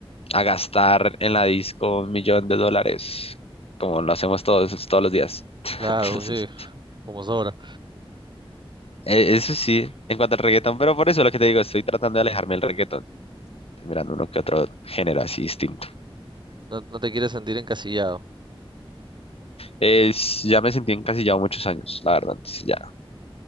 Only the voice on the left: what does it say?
a gastar en la disco un millón de dólares, como lo hacemos todos, todos los días. <laughs>
Entonces,
e- eso sí, en cuanto al reggaetón, pero por eso lo que te digo, estoy tratando de alejarme del reggaetón, estoy mirando uno que otro género así distinto.
Es, ya me sentí encasillado muchos años, la verdad, entonces ya,